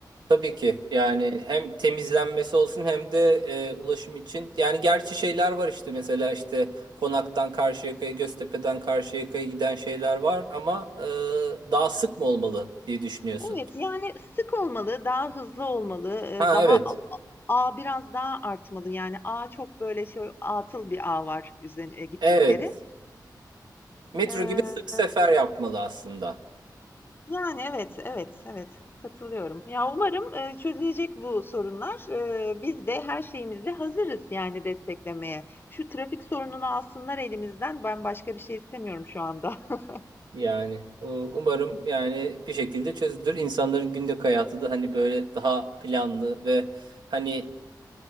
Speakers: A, on the right; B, on the left.
A: Tabii ki yani hem temizlenmesi olsun hem de e, ulaşım için yani gerçi şeyler var işte mesela işte Konak'tan Karşıyaka'ya Göztepe'den Karşıyaka'ya giden şeyler var ama e, daha sık mı olmalı diye düşünüyorsun.
B: Evet, yani, sık olmalı, daha hızlı olmalı, eee,
A: Ha
B: daha
A: evet
B: a ağ biraz daha artmalı. Yani, ağa çok, böyle, şey atıl bir ağ var üzerine e, gittikleri.
A: evet metro
B: Eee
A: gibi sık sefer yapmalı aslında
B: Yani, evet, evet, evet. Katılıyorum. Ya, umarım, eee, çözülecek bu sorunlar. Eee, biz de her şeyimizle hazırız yani desteklemeye. Şu trafik sorununu alsınlar elimizden. Ben başka bir şey istemiyorum şu anda. <laughs>
A: yani u- umarım yani bir şekilde çözülür insanların günlük hayatı da hani böyle daha planlı ve hani